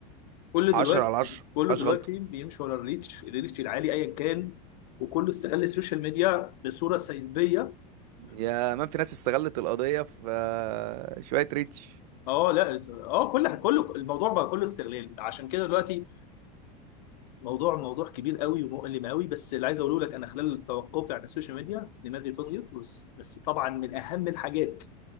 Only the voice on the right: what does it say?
عشرة
على عشرة
مفيهاش
غلطة
يا مان في ناس استغلت القضية في آه، شوية ريتش